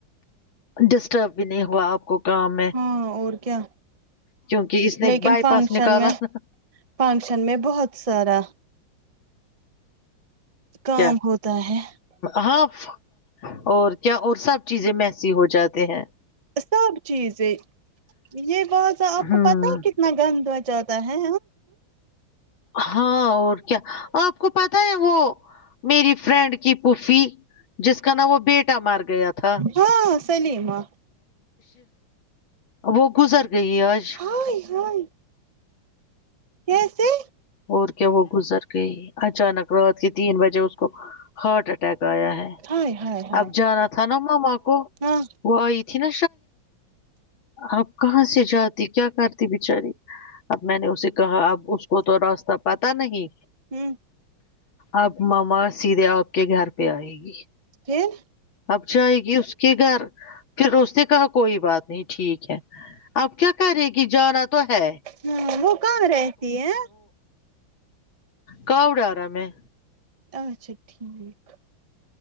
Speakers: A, on the left (about 75°); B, on the right (about 55°).
A: ڈسٹرب بھی نہیں ہوا آپ کو کام میں
B: ہاں اور کیا
A: کیونکہ اس نے
B: لیکن
A: بائی
B: فنکشن
A: پاس نکالا
B: میں
A: نا
B: فنکشن میں بہت سارا کام
A: کیا
B: ہوتا ہے
A: ہاں اور کیا اور سب چیزیں میسی ہو جاتے ہیں
B: سب چیز یہ یہ بہت آپ کو
A: ہوں
B: پتاہ ہے کتنا گند زیادہ ہے
A: ہاں اور کیا آپ کو پتا ہے وہ میری فرینڈ کی پفی جس کا نام وہ بیٹا مار گیا تھا
B: ہاں سلیما
A: وہ گزر گئی آج
B: ہائے ہائے کیسے
A: اور کیا وہ گزر گئی اچانک رات کے تین بجے اس کو ہارٹ اٹیک گایا ہے
B: ہائے ہائے ہائے
A: اب جانا تھا نا ماما کو
B: ہاں
A: وہ آئی تھی نا اب کہاں سے جاتی کیا کرتی بچاری اب میں نے اسے کہا اب اس کو تو راستتا پتا نہیں
B: <unintelligible>
A: آپ ماما سیدھے آپ کے گھر پہ آئے گی
B: پھر
A: اب جائے گی اس کے گھر پھر اس نے کہا کوئی بات نہیں ٹھیک ہے آپ کیا کرے گی جانا تو ہے
B: ہاں وہ کہاں رہتی ہے
A: ک ا ڈا رہا میں
B: اچھا ٹھیک